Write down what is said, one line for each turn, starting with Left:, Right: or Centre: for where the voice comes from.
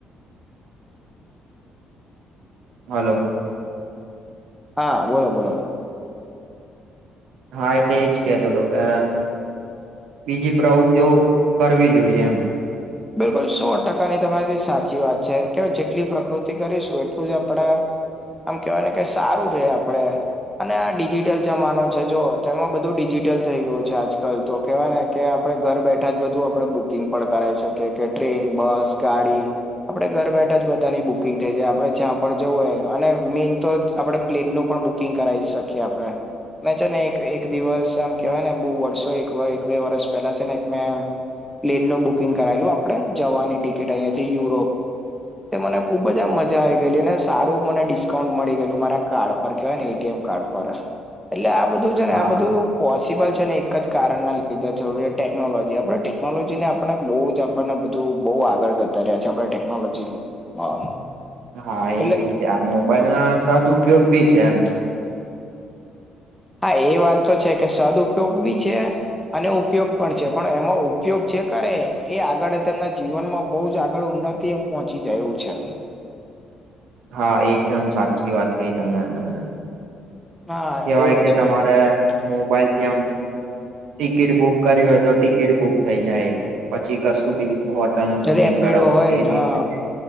Right: હલો
Centre: હા બોલો બોલો
Right: હા એટલે એજ કેતો હતો કે બીજી પ્રવૃત્તિઓ કરવી જોઈએ એમ
Centre: બિલકુલ સો ટકાની તમારીથી સાચી વાત છે કેય જેટલી પ્રકૃતિ કરીશું એટલું જ આપણે આમ કેવાય ને કે સારું રે આપડે અને આ ડિજિટલ જમાનો છે જો તેમાં બધું ડિજિટલ થઈ ગયું છે આજકાલ તો કેવાય ને કે આપડે ઘર બેઠા જ બધું આપણે બુકિંગ પણ કરાઈ શકીએ કે ટ્રેન બસ ગાડી આપડે ઘર બેઠા જ બધાની બુકિંગ થઈ જાય આપડે જ્યાં પણ જવું હોય અને મેન તો આપડે પ્લેનનુંું પણ બુકિંગ કરાવી શકીએ આપડણે મેં છે ને એક એક દિવસ આમ કેવાય ને બહુ વર્ષો બે વરસ પહેલા છે ને એક મે પ્લેનનુંું બુકિંગ કરાયેલું આપણે જવાની ટિકિટ અહીંયા થી યુરોપ તે મને ખુબ જ આ મજા આવી ગયલી અનેને સારું મને ડિસ્કાઉન્ટ મળી ગયેલું મારા કાર્ડ એમ કારડ એ બધું છે ને
Right: હા
Centre: આ બધું પોસિબલ છે ને એક જ કારણના લીધે થ ટેકનોલોજી આપડે ટેકનોલોજી ને આપણે બહુ જ આપણને બધું બહુ આગળ કરતા રહ્યા છે આપણે ટેકનોલોજી હા
Right: હા
Centre: એટલે
Right: એ બી છે આ મોબાઈલ ના સદ ઉપયોગ ભી છે એમ
Centre: હા એ વાત તો છે કે સદઉપયોગ બી છે અને ઉપયોગ પણ છે પણ એમાં ઉપયોગ જે કરે એ આગળ તેમના જીવનમાં બહુ જ આગળ ઉન્ન તે પહોંચી જાયવું છે
Right: હા એકદમ સાચી વાત કઈ તમાને
Centre: હા
Right: કેવાય
Centre: એવું
Right: કે
Centre: છે
Right: તમારે મોબાઈલથી આમ ટિકિટ બુક કરી હોય તો ટિકિટ બુક થઈ જાય પછી કશું બિલ હોટલ નું બુકિંગ
Centre: રેપિડો
Right: કરાવો
Centre: હોય
Right: એ બી
Centre: હા
Right: થઈ જ